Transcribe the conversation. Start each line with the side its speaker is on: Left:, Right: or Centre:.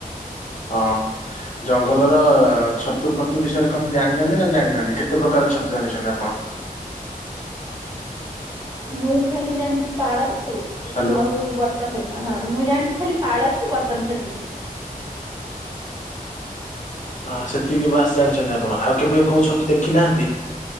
Left: ହଁ ଜଙ୍ଗଲର ଛତୁ ଫତୁ ବିଷୟରେ କଣ ଜାଣିଛନ୍ତି ନା ଜାଣିନାହାନ୍ତି କେ କେତେ ପ୍ରକାର ଛତୁ ଜାଣିଛନ୍ତି ଆପଣ?
Right: ମୁଁ ଖାଲି ଜାଣିଛି ପାଳ ଛତୁ
Left: ହ୍ୟାଲୋ
Right: ଆଉ ବ ଟ <unintelligible> ହଁ ମୁଁ ଜାଣିଛି ଖାଲି ପାଳ ଛତୁ ବଟମ୍ ଛତୁ।
Left: ଅ, ସେତିକି ବାସ୍ ଜାଣିଛନ୍ତି ଆପଣ, ଆଉ କେବେ କୋଉ ଛତୁ ଦେଖିନାହାନ୍ତି?